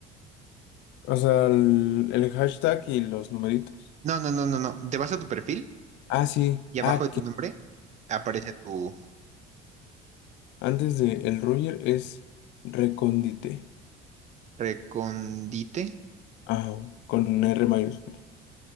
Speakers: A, on the left; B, on the right.
A: o sea, el, el hashtag y los numeritos.
B: No, no, no, no, no. ¿Te vas a tu perfil?
A: Ah, sí,
B: Y abajo
A: ah,
B: de tu
A: qué
B: nombre aparece tu
A: Antes de el Roger es recóndite.
B: recondite.
A: Ajá, con R mayúscula.